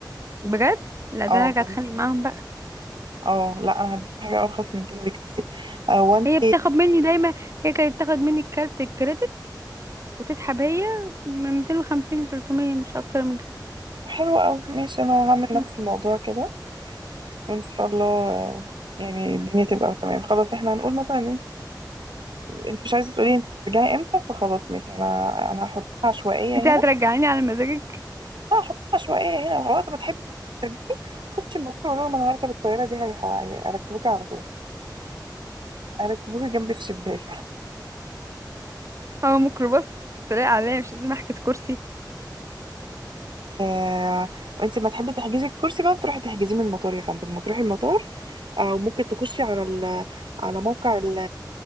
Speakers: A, on the right; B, on the right.
A: بجد لا ده
B: اه
A: انا قاعد اتخانق
B: غل-
A: معاهم بقى
B: اه لا انا هديكي حاجه ارخص من كده بكتير هو انت
A: هي بتاخد مني دايما هي كانت بتاخد مني الكارت الكريدت وتسحب هي من 250 ل 300 مش اكتر من
B: طب حلو قوي ماشي انا هعمل
A: كده
B: نفس الموضوع كده وان شاء الله آه، يعني الدنيا تبقى تمام خلاص احنا هنقول مثلا ان انت انت مش عايزه تقولي انت هترجعي امتى فخلاص ماشي انا انا هحطها عشوائيه
A: انت هترجعيني
B: هنا
A: على مزاجك
B: لا هحطها عشوائيه هنا وقت ما تحبي ترجعي خدش المطار وقولي لهم انا هركب الطياره دي هيح- هيركبوكي على طول اركبوكي جنب الشباك
A: هو ميكروباص في الطريق عليا مش لازم احجز كرسي
B: آه، انت ما تحبي تحجزي الكرسي بقى بتروحي تحجزيه من المطار يا فندم ما تروحي المطار او ممكن تخشي على ال على موقع ال